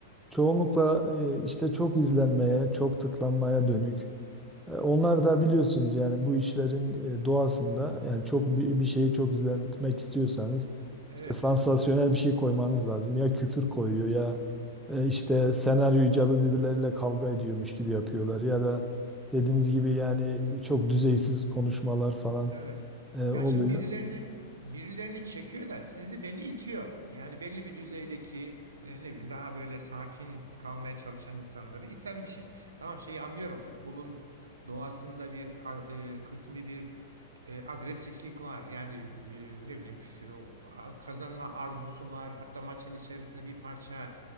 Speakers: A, in the centre; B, on the right.
A: Çoğunlukla e, işte çok izlenmeye, çok tıklanmaya dönük. E, Onlar da biliyorsunuz yani bu işlerin e, doğasında yani çok bir bir şeyi çok izletmek istiyorsanız
B: Evet
A: işte sansasyonel
B: ya.
A: bir şey koymanız lazım. Ya küfür koyuyor ya e, işte senaryo icabı birbirleriyle kavga ediyormuş gibi yapıyorlar ya da dediğiniz gibi yani çok düzeysiz konuşmalar falan
B: Evet.
A: e,
B: Ya
A: oluyor.
B: şimdi birilerini birilerini çekiyor da sizi beni itiyor. Yani belli bir düzeydeki e, ne bileyim daha böyle sakin kalmaya çalışan insanları iten bir şey. Tamam şeyi anlıyorum. Futbolun doğasında bir a- e, kısmi bir e, agresiflik var. Yani e, ne bileyim o a- kazanma arzusu var. Hatta maçın içerisinde bir parça